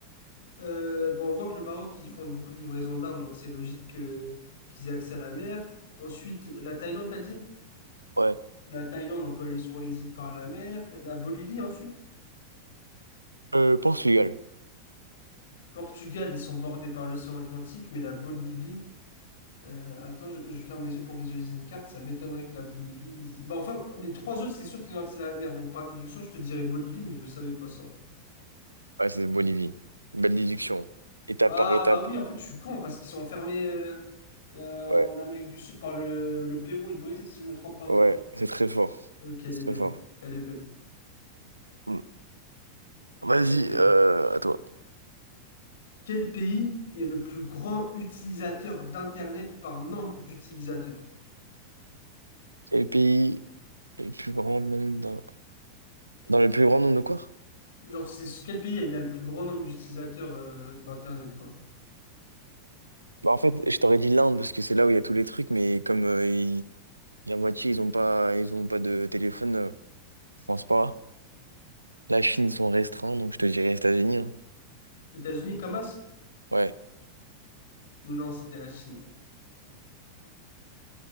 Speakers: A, on the left; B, on the right.
A: Euh, bon, on voit que le Maroc, ils font beaucoup de livraisons d'armes, donc c'est logique que qu'ils aient accès à la mer. Ensuite, la Thaïlande, t'as dit?
B: Ouais.
A: La Thaïlande, on peut aller sur les îles par la mer. La Bolivie, ensuite.
B: Euh, Portugal.
A: Portugal, ils sont bordés par l'océan Atlantique, mais la Bolivie. Euh, attends, je, je ferme les yeux pour visualiser une carte. Ça m'étonnerait que la Bolivie. Bah, enfin, les trois autres, c'est sûr qu'ils ont accès à la mer. Donc, par déduction, je te dirais Bolivie, mais je le savais pas ça.
B: Ouais, c'est de Bolivie. Belle déduction. Étape
A: Ah,
B: par étape.
A: bah oui, en fait, je suis con parce qu'ils sont enfermés euh, euh, en
B: Ouais,
A: Amérique du Sud par le, le Pérou et le Brésil, si je me trompe pas, non?
B: ouais, c'est très fort.
A: Ok, elle
B: C'est
A: est belle.
B: très fort.
A: Elle est belle.
B: Mm. Vas-y,
A: Ok.
B: euh, à toi.
A: Quel pays est le plus grand utilisateur d'Internet par nombre d'utilisateurs?
B: Quel pays est le plus grand nombre d'un... Dans le plus grand nombre de quoi?
A: Genre, c'est quel pays il y a le plus grand nombre d'utilisateurs euh, d'Internet, quoi?
B: Bah, en fait, je t'aurais dit l'Inde parce que c'est là où il y a tous les trucs, mais comme euh, ils- la moitié, ils ont pas, ils ont pas de téléphone, euh, je pense pas. La Chine, ils sont restreints, donc je te dirais les États-Unis. hein.
A: États-Unis, Comas?
B: Ouais.
A: Non, c'était la Chine.